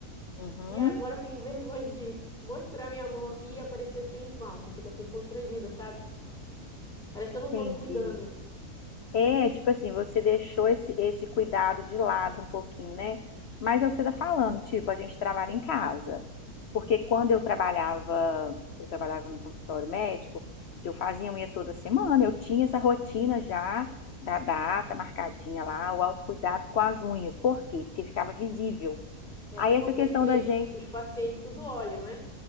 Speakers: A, on the left; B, in the centre.
A: Uhum,
B: E agora eu tenho <laughs> vergonha de mostrar minha mão aqui e aparecer sem esmalte. Eu fico assim constrangida, sabe? Parece que eu não
A: entendi.
B: tô me cuidando.
A: É, tipo assim, você deixou esse, esse cuidado de lado um pouquinho, né? Mas é o que você tá falando, tipo, a gente trabalha em casa. Porque quando eu trabalhava, eu trabalhava no consultório médico, eu fazia unha toda semana, eu tinha essa rotina já da data marcadinha lá, o autocuidado com as unhas. Por quê? Porque ficava visível.
B: E até
A: Aí
B: porque
A: essa questão
B: os, cli-
A: da gente,
B: os pacientes tudo olham, né?